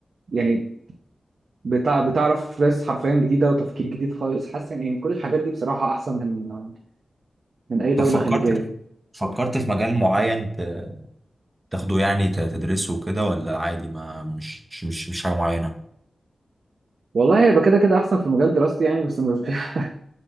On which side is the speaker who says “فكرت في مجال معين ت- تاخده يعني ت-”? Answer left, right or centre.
Right